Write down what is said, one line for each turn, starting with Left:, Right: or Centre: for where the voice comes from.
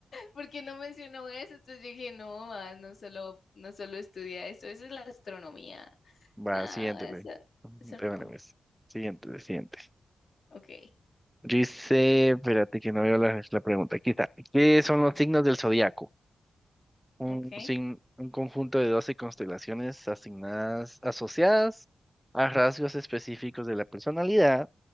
Left: porque no mencionó eso, entonces yo dije, no, ah, no solo, no solo estudia eso, eso es la astronomía.
Centre: Va,
Left: No,
Centre: siguiente,
Left: eso,
Centre: güey. De
Left: eso no.
Centre: una vez. Siguiente, siguiente.
Left: Ok,
Centre: Dice, espérate que no veo la, la pregunta. Aquí está. ¿Qué son los signos del zodiaco? Un,
Left: Ok.
Centre: sin un conjunto de 12 constelaciones asignadas, asociadas a rasgos específicos de la personalidad,